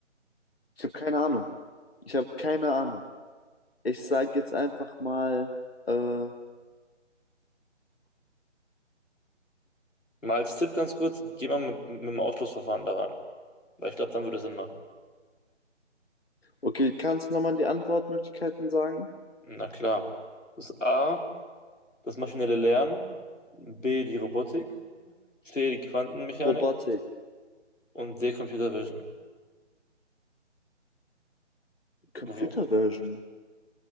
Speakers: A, on the left; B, on the left.
A: ich habe keine Ahnung. Ich habe keine Ahnung. Ich sage jetzt einfach mal, äh,
B: Mal als Tipp ganz kurz, geh mal mit, mit dem Ausschlussverfahren daran, weil ich glaube, dann würde es Sinn machen.
A: okay, kannst du nochmal die Antwortmöglichkeiten sagen?
B: Na klar. Das ist A, das maschinelle Lernen, B, die Robotik, C, die Quantenmechanik
A: Robotik,
B: und D, Computer Vision.
A: Computer
B: Ro
A: Version.